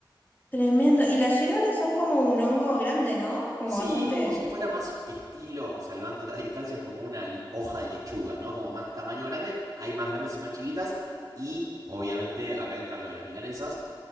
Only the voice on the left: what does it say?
tremendo. Y las yerolas son como un hongo grande, ¿no? Como
bastante...